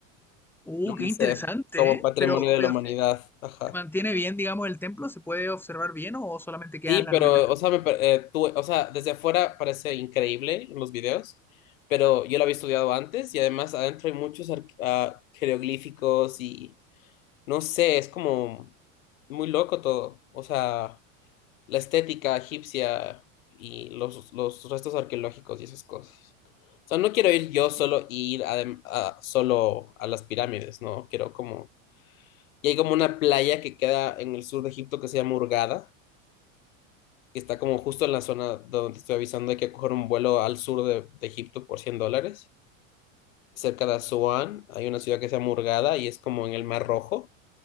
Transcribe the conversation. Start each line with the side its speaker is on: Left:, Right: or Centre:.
Centre: Uh,
Left: La
Centre: qué
Left: UNICEF,
Centre: interesante,
Left: como
Centre: ¿eh?
Left: patrimonio
Centre: Pero,
Left: de
Centre: pero
Left: la humanidad.
Centre: sí,
Left: Ajá.
Centre: ¿Se mantiene bien, digamos, el templo? ¿Se puede observar bien o solamente quedan
Left: Sí,
Centre: las
Left: pero,
Centre: ruinas?
Left: o sea, me pa- eh, tú- o sea, desde afuera parece increíble en los videos, pero yo lo había estudiado antes y además adentro hay muchos ar- ah, jeroglíficos y no sé, es como muy loco todo. O sea, la estética egipcia y los, los restos arqueológicos y esas cosas. O sea, no quiero ir yo solo y ir adem- a- solo a las pirámides, ¿no? Quiero como... Y hay como una playa que queda en el sur de Egipto que se llama Hurghada está como justo en la zona donde te estoy avisando, hay que coger un vuelo al sur de, de Egipto por 100 dólares. Cerca de Asuán hay una ciudad que se llama Hurghada y es como en el Mar Rojo.